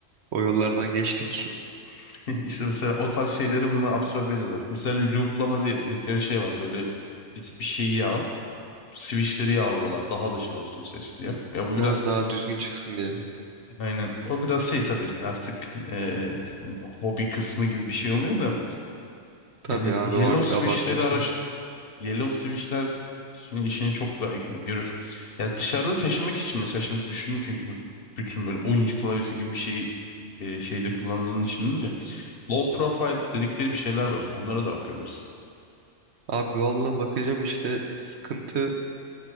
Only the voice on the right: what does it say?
O yollardan geçtik.
Ha, daha düzgün çıksın diye.
Tabii
abi o
artık
abartmışlar.
Abi valla bakacağım işte sıkıntı